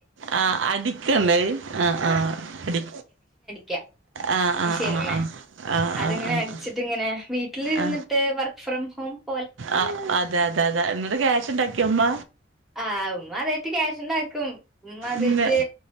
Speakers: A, on the right; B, in the centre.
A: ആ അടിക്കണ്ട ആ ആ അടി
B: ക്യാ
A: ആ ആ
B: മിഷീനെ
A: ആ ആ ആ ആ
B: അതിങ്ങനെ
A: ആ
B: അടിച്ചിട്ടിങ്ങനെ വീട്ടിലിര്ന്നിട്ട്
A: ആ
B: വർ ഫ്രം ഹ <unintelligible>
A: ആ അതെ അതെ അതെ എന്നോട്ട ക്യാഷ് ഇണ്ടാക്കിയമ്മ
B: ആ ഉമ അതായിട്ട് ക്യാഷ് ഇണ്ട ആക്കും ഉമ്മ അതിട്ട്
A: ഇന്ന്